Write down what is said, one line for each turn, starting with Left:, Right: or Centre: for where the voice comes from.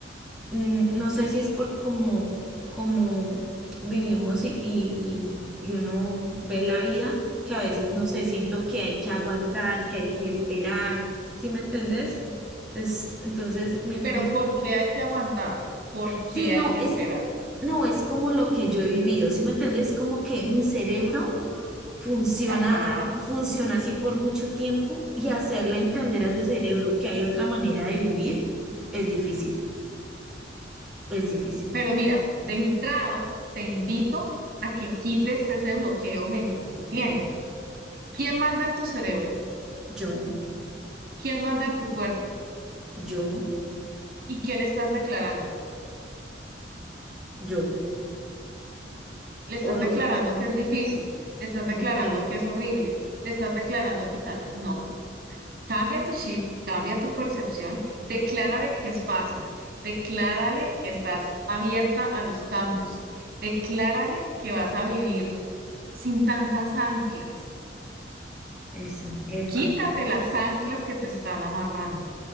Centre: mm, no sé si es por cómo, cómo vivimos y, y, y y uno ve la vida, que a veces, no sé, siento que hay que aguantar, que hay que esperar, ¿sí me entendés? Entonces, entonces me,
Right: Pero
Centre: me-
Right: ¿por qué hay que aguantar? ¿Por
Centre: Sí,
Right: qué
Centre: no,
Right: hay que
Centre: es,
Right: esperar?
Centre: no, es como lo que yo he vivido, ¿sí me entiendes? Como que mi cerebro funciona,
Right: Ajá.
Centre: a- funciona así por mucho tiempo y hacerle entender a ese cerebro que hay otra manera de vivir es difícil, es difícil.
Right: Pero mira, de entrada te invito a que quites ese bloqueo mental que tienes. ¿Quién manda en tu cerebro?
Centre: Yo,
Right: ¿Quién manda en tu cuerpo?
Centre: yo,
Right: ¿Y qué le estás declarando?
Centre: yo.
Right: Le estás
Centre: O no,
Right: declarando
Centre: es-
Right: que es difícil, le estás declarando
Centre: ok,
Right: que es horrible, le estás declarando que tal. No, cambia tu chip, cambia tu percepción, declárale que es fácil, declárale que estás abierta a los cambios, declárale que vas a vivir sin tantas anclas.
Centre: eso, epa,
Right: Quítate las anclas que te están amarrando,